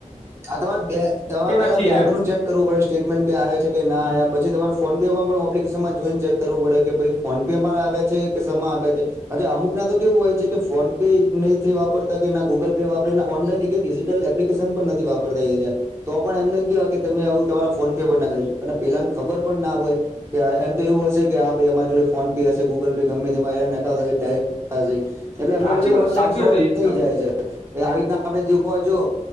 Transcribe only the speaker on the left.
નથી
આવ્યા
હમ
સાચી
વાત
સાચી
વાત એકદમ